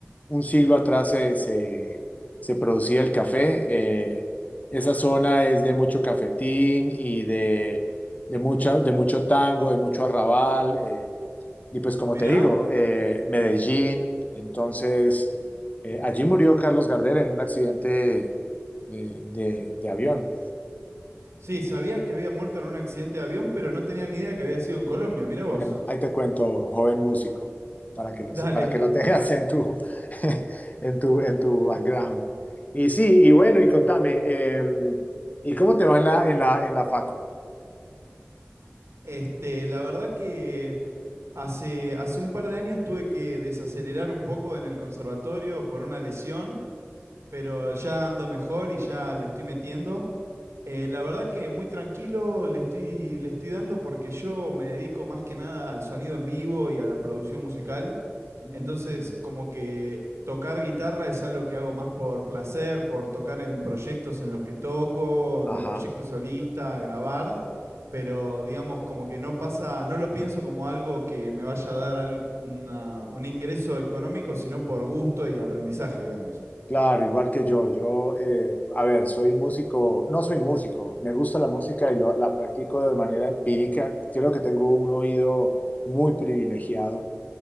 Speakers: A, on the left; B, on the right.
A: un siglo atrás se, se- se producía el café, eh, esa zona es de mucho cafetín y de, de, mucha, de mucho tango, de mucho arrabal, eh, y pues como
B: Mirá.
A: te digo, eh, Medellín, entonces, eh, allí murió Carlos Gardel en un accidente eh, de de avión.
B: Sí, sabía que había muerto en un accidente de avión, pero no tenía ni idea que había sido en Colombia. Mirá
A: Bueno,
B: vos.
A: ahí te cuento, joven músico, para que lo,
B: Dale.
A: se- para que lo tengas en tu, <laughs> en tu, en tu background. Y sí, y bueno, y contame, eh, ¿y cómo te va en la, en la, en la facu?
B: Este, la verdad que hace, hace un par de años tuve que desacelerar un poco en el conservatorio por una lesión, pero ya ando mejor y ya le estoy metiendo. Eh, la verdad que muy tranquilo le estoy, le estoy dando porque yo me dedico más que nada al sonido en vivo y a la producción musical.
A: Mm,
B: Entonces, como que tocar guitarra es algo que hago más por placer, por tocar en proyectos en los que toco,
A: ajá,
B: mi proyecto solista, grabar, pero digamos como que no pasa, no lo pienso como algo que me vaya a dar al- una- un ingreso económico, sino por gusto y aprendizaje, digamos.
A: claro, igual que yo. Yo, eh, a ver, soy músico, no soy músico, me gusta la música y lo- la practico de manera empírica. Creo que tengo un oído muy privilegiado.